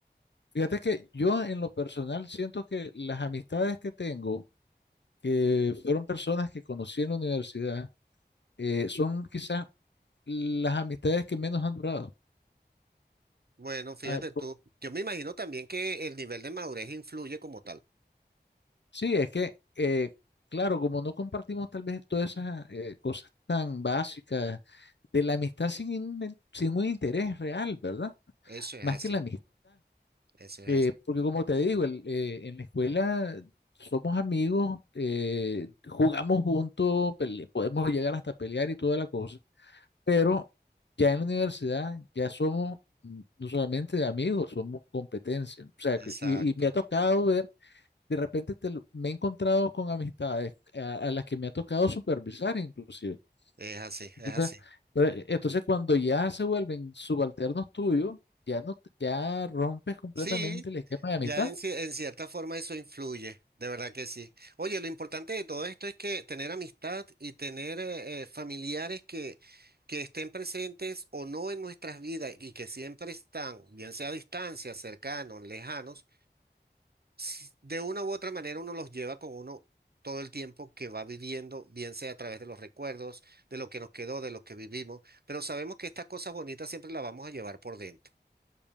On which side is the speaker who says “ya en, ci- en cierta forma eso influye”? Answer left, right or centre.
Right